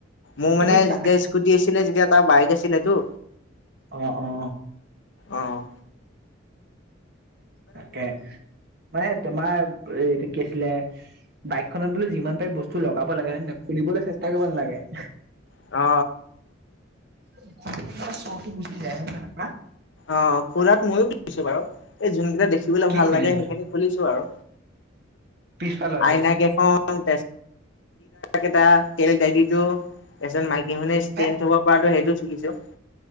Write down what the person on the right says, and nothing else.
তুমি
তা
অঁ অঁ।
তাকে মানে তোমাৰ এইটো কি আছিলে বাইকখনত বোলো যিমান পাৰি বস্তু লগাব লাগে ন নয় খুলিবলৈ চেষ্টা কৰিব নালাগে।
<unintelligible>
কি
খুলিলা
পিছফালৰ
শ্ব'টো
এ